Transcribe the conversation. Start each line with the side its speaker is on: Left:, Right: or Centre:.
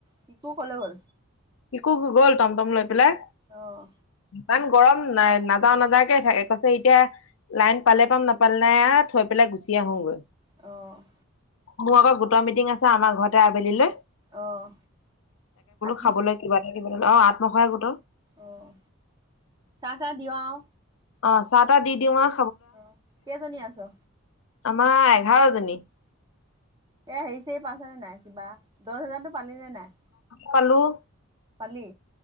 Right: তিকো কলে গল।
Left: একো গ'ল তম, তম, লৈ পেলাই।
Right: আহ।
Left: ইমান গৰম নাই, নাযাও, নাযাকে থাকে কৈছে, এতিয়া লাইন পালে পাম, নাপালে নাই, থৈ পেলাই গুচি আহোগৈ।
Right: অ'।
Left: মোৰ আকৌ গোটটা মিটিং আছে। আমাৰ ঘৰতে আবেলি লৈ।
Right: আহ, আত্ম।
Left: খাবলৈ কিবা অ, আত্মসহায়কত গোটৰ
Right: আহ, চাহ, তাহ দিওঁ আও।
Left: অ, চাহ, তাহ দি দিওঁ আও।
Right: অ, কেইজনী আছো।
Left: আমাৰ এঘাৰ জনী।
Right: এ হেৰি চেৰি পাছনে নাই কিবা দহ হোজাৰতো পালিনে নাই?
Left: পালোঁ।
Right: পালি।